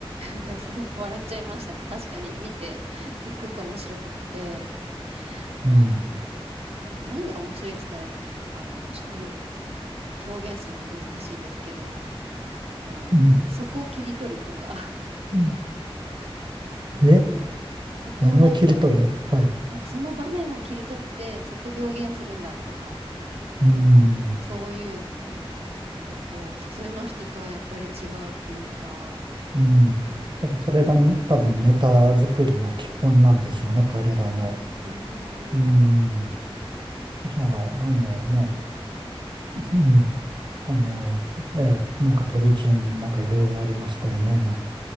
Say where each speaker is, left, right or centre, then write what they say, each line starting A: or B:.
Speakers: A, on the right; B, on the right.
A: です笑っちゃいました。確かに見て、すっごく面白くって。
B: うん。
A: あーな、何が面白いって言ったら、あの、ちょっとむ表現するのは難しいですけど、こう、
B: うん
A: えそこを切り取るとか、
B: うん
A: <laughs> なんかそんな、
B: え
A: そこをなんか、
B: 何を切り取るはい。
A: なんかその場面を切り取ってそこを表現するんだとか、
B: うん。
A: なんかそういうのが、なんかこう、普通の人とはやっぱり違うっていうか、
B: うん。
A: うん、
B: 多分それが多分ネタ作りの基本なんでしょうね、彼らの。
A: うーん、
B: うん。いや、あのね、うん。
A: うん、
B: あの、えーなんか鳥人、なんかいろいろありましたよね。なん